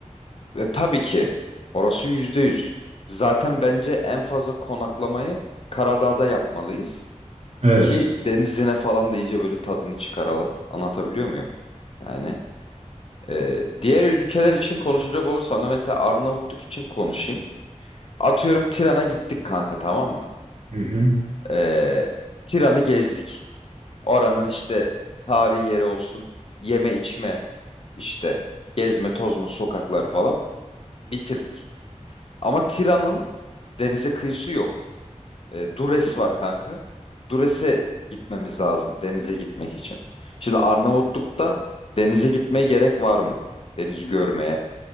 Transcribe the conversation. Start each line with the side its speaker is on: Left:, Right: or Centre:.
Left: E, tabii ki. Orası yüzde yüz. Zaten bence en fazla konaklamayı Karadağ'da yapmalıyız.
Right: Evet.
Left: Ki denizine falan da iyice böyle tadını çıkaralım. Anlatabiliyor muyum? Yani e, diğer ülkeler için konuşacak olursam da mesela Arnavutluk için konuşayım. Atıyorum Tiran'a gittik kanka tamam mı?
Right: Hı hı.
Left: E, Tiran'ı gezdik. Oranın işte tarihi yeri olsun. Yeme içme işte gezme tozma sokakları falan bitirdik. Ama Tira'nın denize kıyısı yok. E, Dures var kanka. Dures'e gitmemiz lazım denize gitmek için. Şimdi Arnavutluk'ta denize gitmeye gerek var mı? Denizi görmeye,